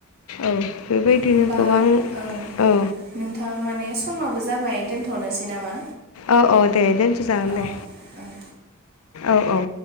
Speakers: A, on the left; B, on the right.
A: औ बेबायदिनो
B: होमबा
A: गोबां औ।
B: ओं नोंथां माने समाबो जाबाय दोनथ'नोसै नामा?
A: औ-औ दे दोनथ'जागोन
B: औ
A: दे
B: ओं
A: औ-औ।